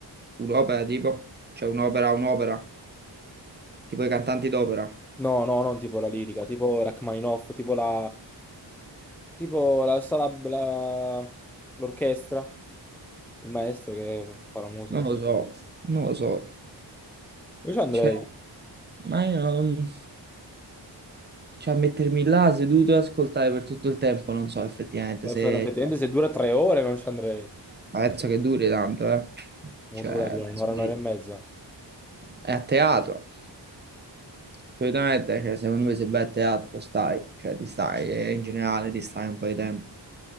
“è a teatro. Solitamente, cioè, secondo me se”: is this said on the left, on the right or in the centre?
Right